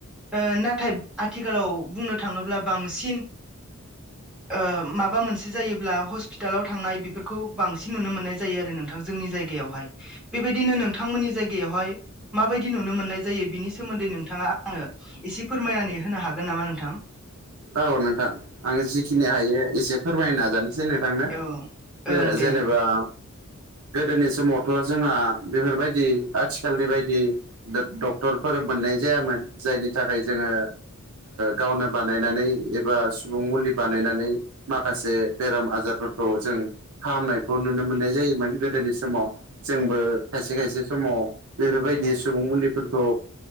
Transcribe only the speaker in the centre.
ओ नाथाय आथिखालाव बुंनो थाङोब्ला बांसिन ओ माबा मोनसे जायोब्ला हस्पिटालाव थांनाय बेफोरखौ बांसिन नुनो मोननाय जायो आरो नोंथां जोंनि जायगायावहाय बेबायदिनो नोंथांमोननि जायगायावहाय माबायदि नुनो मोननाय जायो बिनि सोमोन्दै नोंथाङा आंनो एसे फोरमायनानै होनो हागोन नामा नोंथां ।
औ ओं
दे